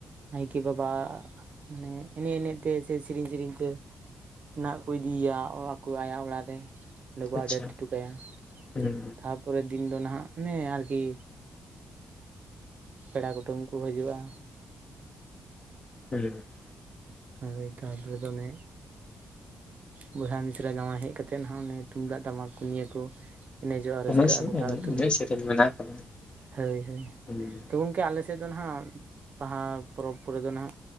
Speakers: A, on the right (about 50°); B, on the left (about 35°).
A: ᱱᱟᱭᱠᱮ ᱵᱟᱵᱟ ᱢᱟᱱᱮ ᱮᱱᱮᱡ ᱮᱱᱮᱡ ᱛᱮ ᱥᱮ ᱥᱮᱨᱮᱧ ᱥᱮᱨᱮᱧ ᱛᱮ ᱨᱮᱱᱟᱜ ᱠᱚ ᱤᱫᱤᱭᱮᱭᱟ ᱟᱠᱚ ᱟᱭᱟᱜ ᱚᱲᱟᱜ ᱨᱮ ᱚᱸᱰᱮ ᱠᱚ
B: ᱟᱪᱪᱷᱟ
A: ᱟᱫᱮᱨ ᱦᱚᱴᱚ ᱠᱟᱭᱟ
B: ᱦᱩᱸ
A: ᱛᱟᱨᱯᱚᱨᱮ ᱫᱤᱱ ᱫᱚ ᱱᱟᱦᱟᱜ ᱚᱱᱮ ᱟᱨᱠᱤ ᱯᱮᱲᱟ ᱠᱩᱴᱩᱢ ᱠᱚ ᱦᱤᱡᱩᱜ-ᱟ
B: ᱦᱮᱸ <unintelligible>
A: ᱦᱳᱭ ᱛᱟᱨᱯᱚᱨᱮ ᱫᱚ ᱚᱱᱮ ᱵᱚᱭᱦᱟ ᱢᱤᱥᱨᱟ ᱡᱟᱶᱟᱭ ᱦᱮᱡ ᱠᱟᱛᱮᱫ ᱱᱟᱦᱟᱜ ᱚᱱᱮ ᱛᱩᱢᱫᱟᱜ ᱴᱟᱢᱟᱠ ᱠᱚ ᱱᱤᱭᱟᱹ ᱠᱚ ᱮᱱᱮᱡᱚᱜᱼᱟ ᱨᱟᱹᱥᱠᱟᱹᱜᱼᱟ
B: ᱮᱱᱮᱡ ᱥᱮᱨᱮᱧ
A: ᱜᱚᱴᱟ ᱟᱹᱛᱩ
B: ᱮᱱᱮᱡ
A: ᱱᱟᱦᱟᱜ
B: ᱥᱮᱨᱮᱧ ᱢᱮᱱᱟᱜ ᱟᱠᱟᱫᱟ
A: ᱦᱳᱭ ᱦᱳᱭ
B: ᱦᱩᱸ
A: ᱛᱚ ᱜᱚᱝᱠᱮ ᱟᱞᱮᱥᱮᱫ ᱫᱚ ᱱᱟᱦᱟᱜ ᱵᱟᱦᱟ ᱯᱚᱨᱚᱵᱽ ᱠᱚᱨᱮ ᱫᱚ ᱱᱟᱦᱟᱜ